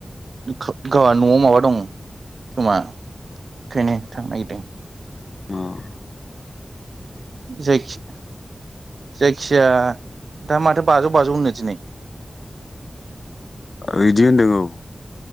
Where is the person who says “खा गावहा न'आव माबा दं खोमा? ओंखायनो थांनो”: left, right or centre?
Right